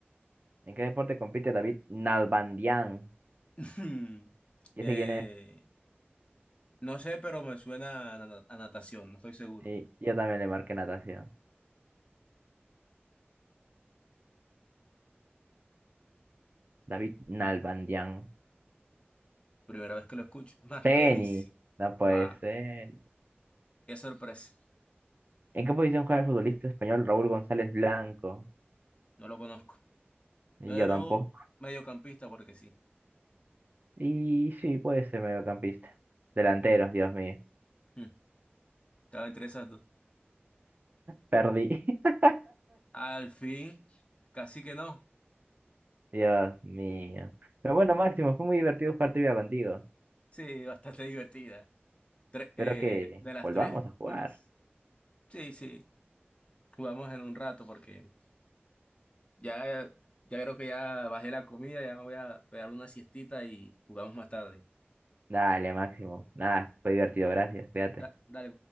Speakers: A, on the right; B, on the left.
A: ¿En qué deporte compite David Nalbandian?
B: <laughs>
A: ¿Y
B: Eh,
A: ese quién es?
B: no sé, pero me suena a, nata- a natación, no estoy seguro.
A: Sí, yo también le marqué natación. David Nalbandian.
B: Primera vez que lo escucho. <laughs> Más
A: Tenis.
B: tenis.
A: No puede
B: Guau,
A: ser.
B: qué sorpresa.
A: ¿En qué posición juega el futbolista español Raúl González Blanco?
B: No lo conozco.
A: Y
B: Pero
A: yo tampoco.
B: mediocampista, porque sí.
A: Y sí, puede ser mediocampista. Delantero, Dios mío.
B: Hmm, Estaba entre esas dos.
A: Perdí. <laughs>
B: Al fin, casi que no.
A: Dios mío. Pero bueno, Máximo, fue muy divertido jugar trivia contigo.
B: Sí, bastante <laughs> divertida. Tre-
A: Espero
B: eh,
A: que
B: de las
A: volvamos
B: tres,
A: a jugar.
B: pues sí, sí. Jugamos en un rato porque ya, ya creo que ya bajé la comida, ya me voy a pegar una siestita y jugamos más tarde.
A: Dale, Máximo. Nada, fue divertido, gracias. Cuídate.
B: Da- dale,